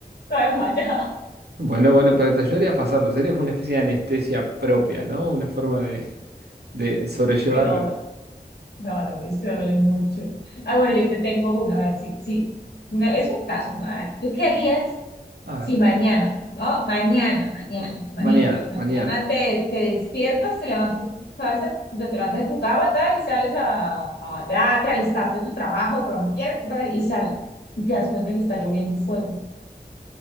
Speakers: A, on the left; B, on the right.
A: toda desmayada.
B: Bueno, bueno, pero te ayudaría a pasarlo. Sería como una especie de anestesia propia, ¿no? Una forma de, de sobrellevarlo.
A: Uy, no, no, no, es que duele mucho. Ah, bueno, yo te tengo una, a ver si, si, una- es un caso, ¿no? A ver, ¿Tú qué harías
B: A
A: Sí,
B: ver,
A: mañana, ¿no? Mañana, mañana,
B: ma- mañana,
A: imagínate.
B: mañana.
A: Mañana te, te despiertas, te levantas, salsa, te levantas de tu cama, tal, y sales a, a- ya te alistaste tu trabajo, pero no quieres, bra, y sales. Y te das cuenta que está lloviendo fuego.